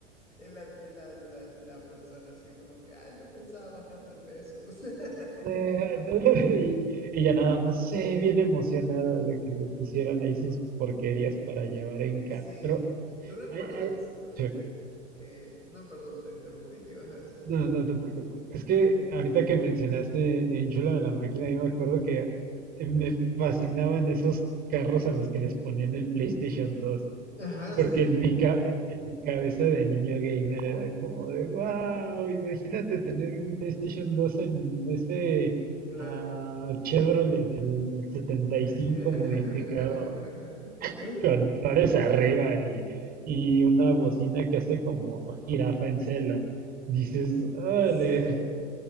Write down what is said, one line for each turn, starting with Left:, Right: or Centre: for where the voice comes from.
Left: Y la, y la, la, la persona así como que, ah, yo pensaba bajar de peso. <laughs>
Right: Sí, <laughs>
Left: Como que-
Right: Y, y ya nada más, sí, bien emocionada de que le pusieran ahí sus porquerías para llevar en carro.
Left: Sí,
Right: Pero,
Left: y- ¿tú recuerdas
Right: ay, ay,
Left: ah, de
Right: sí,
Left: que... No, perdón, te interrumpí, ¿qué ibas a decir?
Right: no, no te preocupes. Es que ahorita que mencionaste Enchúlame la máquina, yo me acuerdo que me fascinaban esos carros a los que les ponían el PlayStation dos
Left: Ajá,
Right: Porque
Left: sí,
Right: en
Left: sí,
Right: mi, ca- en mi cabeza de niño gamer era como de, wow, imagínate tener un PlayStation 2 en ese
Left: claro.
Right: ah, Chevrolet del 75
Left: <laughs>
Right: modificado con flores arriba y, y una bocina que hace como jirafa en celo. Dices, órale,
Left: Sí.